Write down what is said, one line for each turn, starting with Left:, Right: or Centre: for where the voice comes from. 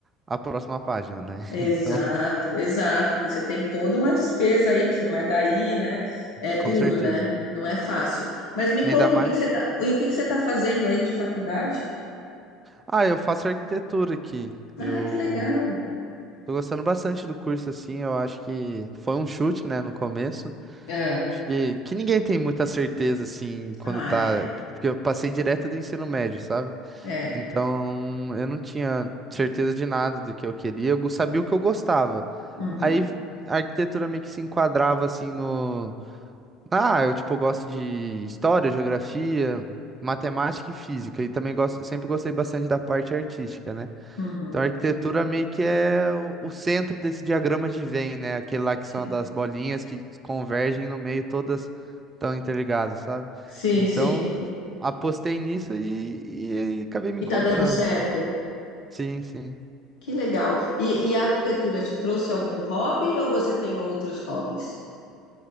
Right: a próxima página, né? <laughs>
Left: Exato,
Right: Então,
Left: exato, porque você tem toda uma despesa aí, porque você não é daí, né? É duro,
Right: com certeza.
Left: né? Não é fácil. Mas me
Right: Ainda
Left: conta,
Right: mais.
Left: o que que você tá, e o que que você está fazendo aí de faculdade?
Right: Ah, eu faço arquitetura aqui.
Left: Ah,
Right: Eu
Left: que legal.
Right: tô gostando bastante do curso, assim. Eu acho que foi um chute, né, no começo.
Left: É.
Right: Acho que, que ninguém tem muita certeza, assim, quando
Left: Ah,
Right: tá.
Left: é.
Right: Porque eu passei direto do ensino médio, sabe?
Left: É.
Right: Então, eu não tinha certeza de nada do que eu queria, eu sabia o que eu gostava.
Left: Uhum.
Right: Aí a arquitetura meio que se enquadrava assim no. Ah, eu tipo gosto de história, geografia, matemática e física, e também gosto, sempre gostei bastante da parte artística, né?
Left: Uhum.
Right: Então a arquitetura meio que é o o centro desse diagrama de Venn, né? Aquele lá
Left: Sim.
Right: que são das bolinhas que convergem no meio, todas estão interligadas, sabe?
Left: Sim,
Right: Então,
Left: sim.
Right: apostei nisso e, e e acabei me
Left: E
Right: encontrando.
Left: tá dando certo.
Right: Sim, sim.
Left: Que legal. E, e a arquitetura te trouxe algum hobby ou você tem outros hobbies?